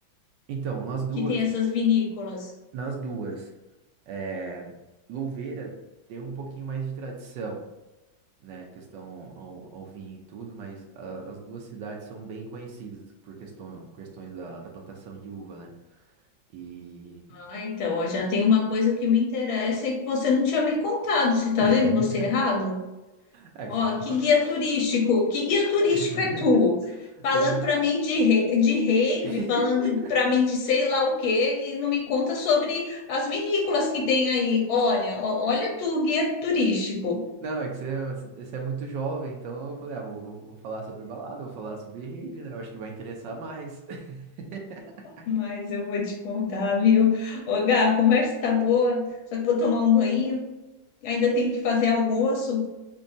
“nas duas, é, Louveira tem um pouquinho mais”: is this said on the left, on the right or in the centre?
Right